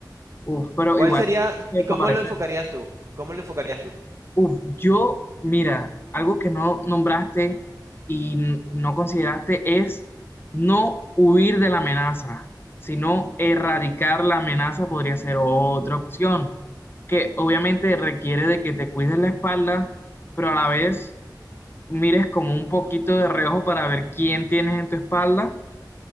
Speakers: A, on the left (about 30°); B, on the right (about 40°).
A: Uf, pero
B: ¿Cuál
A: igual
B: sería
A: tienes que
B: y
A: desaparecer.
B: cómo lo enfocarías tú? ¿Cómo lo enfocarías tú?
A: Uf, yo, mira, algo que no nombraste y n- no consideraste es no huir de la amenaza, sino erradicar la amenaza podría ser otra opción, que obviamente requiere de que te cuides la espalda, pero a la vez mires como un poquito de reojo para ver quién tienes en tu espalda,